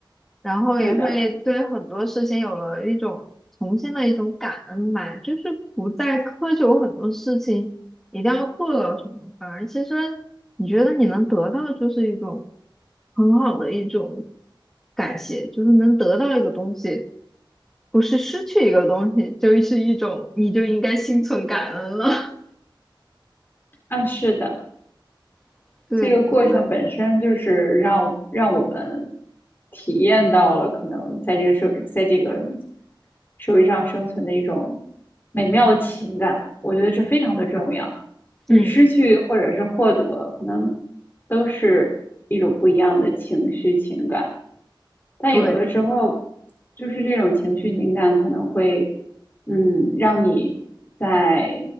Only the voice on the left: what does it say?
是的，
啊，是的，
这个过程本身就是让让我们体验到了可能在这个社，在这个社会上生存的一种美妙的情感，我觉得这非常的重要。
就是失去或者是获得，可能都是一种不一样的情绪情感，但有的时候
就是这种情绪情感可能会，嗯，让你在